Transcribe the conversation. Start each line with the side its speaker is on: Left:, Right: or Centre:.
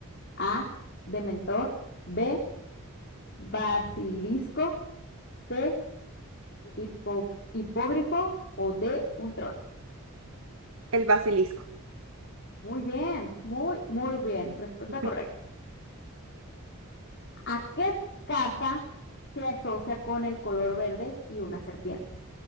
Left: A. Dementor. B. Basilisco. C. hipo- hipógrifo. O D. Un troll.
Right: El basilisco.
Left: Muy bien, muy, muy bien. Respuesta
Right: <laughs>
Left: correcta. ¿A qué casa se asocia con el color verde y una serpiente?